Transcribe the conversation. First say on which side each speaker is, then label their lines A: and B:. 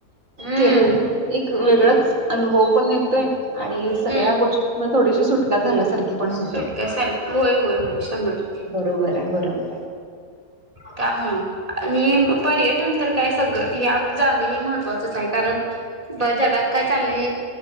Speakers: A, on the right; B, on the right.
A: हम्म
B: केलं एक वेगळाच अनुभव पण येतोय. आणि सगळ्या
A: हम्म
B: गोष्टीतन थोडीशी सुटका झाल्यासारखी पण होत्या.
A: सुटका सारख होय होय होय शंभर
B: बरोबर आहे. बरोबर आहे.
A: त्यामुळं. आणि पर्यटन तर काय सगळं हे जाणं हे महत्त्वाचंच आहे कारण ब जगात काय चालल